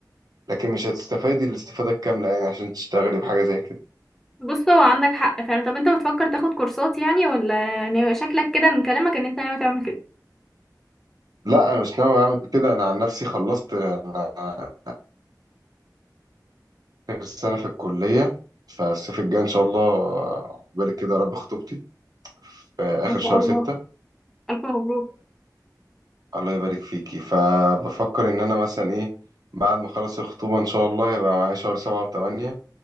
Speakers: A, on the right (about 60°); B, in the centre.
A: لكن مش هتستفادي الاستفادة الكاملة يعني عشان تشتغلي بحاجة زي كده
B: بص هو عندك حق فعلا طب انت بتفكر تاخد كورسات يعني ولا ناوي شكلك كده من كلامك ان انت ناوي تعمل كده
A: لا أنا مش ناوي أعمل كده أنا عن نفسي خلصت أنا آخر سنة في الكلية فالصيف الجاي إن شاء الله عقبالك كده يا رب خطوبتي في آخر
B: ما
A: شهر
B: شاء الله
A: ستة
B: الف مبروك
A: والله يبارك فيكي فبفكر إن أنا مثلا إيه بعد ما أخلص الخطوبة إن شاء الله هيبقى معايا شهر سبعة وثمانية